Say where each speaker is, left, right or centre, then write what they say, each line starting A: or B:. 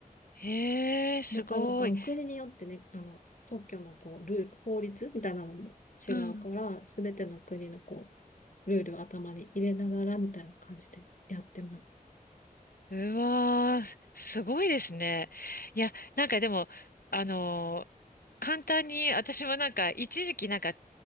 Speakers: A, on the left (about 80°); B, on the left (about 60°).
A: えー、すごい。
B: なかなか、お国によってね、あの、特許のこう、ルール、法律みたいなのも違うから、
A: うん
B: すべての国のこう、ルールを頭に入れながらみたいな感じでやってます。
A: うわー、すごいですね。いや、なんかでも、あのー簡単に、私もなんか、一時期なんか、